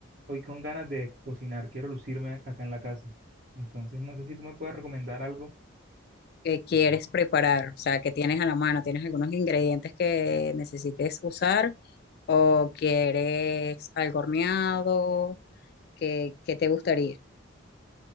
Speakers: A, on the right; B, on the left.
A: hoy con ganas de cocinar. Quiero lucirme acá en la casa. Entonces, no sé si tú me puedes recomendar algo.
B: qué quieres preparar? O sea, que tienes a la mano? ¿Tienes algunos ingredientes que necesites usar? ¿O quieres algo horneado? ¿Qué, qué te gustaría?